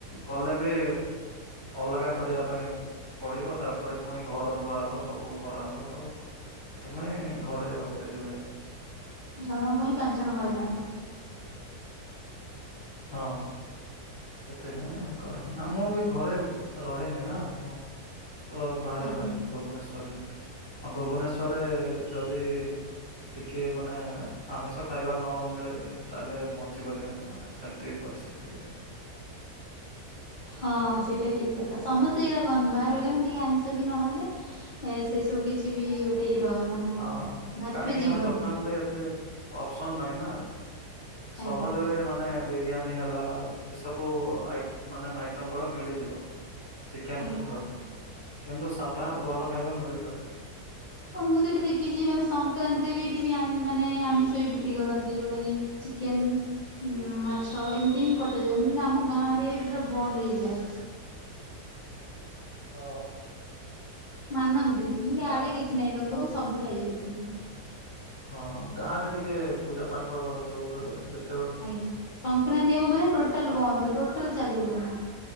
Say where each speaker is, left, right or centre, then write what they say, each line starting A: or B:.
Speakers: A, on the left; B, on the left.
A: କଲେ ବି ଅଲଗା କରିବା ପାଇଁ। ପଡିବ ତାପରେ ପୁଣି ଘର ଧୁଆହବ ସବୁ କରାହବ ତ। ସେଥିପାଇଁ ଘରେ ରୋଷେଇ ହୁଏନି।
B: ଜଣଙ୍କ ପାଇଁ ପାଞ୍ଚଜଣ ହଇରାଣ।
A: ହଁ। ସେଥିପାଇଁ ଆଉ କରୁନି ଆ ମୁଁ ବି ଘରେ ରହେନି ନା ମୁଁ ତ ବାହାରେ
B: ଆଜ୍ଞା
A: ରହେ ଭୁବନେଶ୍ଵରରେ ଅ ଭୁବନେଶ୍ଵରରେ ଯଦି ଟିକେ ମାନେ ଆମିଷ ଖାଇବା ନ ମିଳେ ତାହେଲେ ବଞ୍ଚି ପାରିବାନି ମାନେ ସେମତି ପରିସ୍ଥିତି ଏକେ।
B: ହଁ ସେଟା ଠିକ୍ କଥା ସମସ୍ତେ ଏଇରା କହନ୍ତି ବାହାରେ ରହିଲା ମାନେ ଟିକେ ଆଇଁଷ ବି ନହେଲେ ଏ ସେଇ ସବୁ କିଛି ବି ଗୋଟେ ଇଏ ର ମାନେ
A: ହଁ
B: ଭାତ
A: କାହିଁକି
B: ବି ଯିବନି
A: ନା ଦୋକାନରେ ଏତେ ଅପ୍ସନ୍ ନାହିଁ ନାଁ। ସହଜରେ
B: ଆଜ୍ଞା
A: ମା ନେ ବିରିୟାନୀ ହେଲା ଏ ସବୁ ଆଇ ମାନେ ମାଇଟମ୍ ଗୁଡ଼ା ମିଳିଯିବ। ଚିକେନ୍
B: ଆଜ୍ଞା।
A: ର କିନ୍ତୁ ସାଧା ଭଲ ଖାଇବା ମିଳିପାରିବନି।
B: ହଁ ମୁଁ ତ ଏଠି ଦେଖିଚି ମାନେ ସଂକ୍ରାନ୍ତିରେ ବି ଏଠି ବି ଆଇଁ ମାନେ ଆମିଷ ବି ବିକ୍ରି କରନ୍ତି ଯୋଉଟା କି ଚିକେନ୍ ଉଁ ମାଛ ଏମିତି ହିଁ କଟଯାଏ ମୁଁ କହିଲି ଆମ ଗାଁ ଏରିଆରେ ପୁରା ବନ୍ଦ ହେଇଯାଏ।
A: ହଁ।
B: ମାନନ୍ତି ମୁଁ ଲି
A: ଗା
B: ଆଡ଼େ କିଛି ନାହିଁ ଲୋକ
A: ହଁ
B: ବି
A: ହଁ।
B: ସବୁ ଖାଇଯାଉଛନ୍ତି।
A: ହଁ ଗାଁରେ ଟିକେ ପୂଜା ପାଠ ଯୋଉ କହିଲେ ଯେ
B: ଆଜ୍ଞା ସଂକ୍ରାନ୍ତି ହବ ମାନେ ଟୋଟାଲ୍ ବନ୍ଦ ଟୋଟାଲ ଚାଲିିବନି।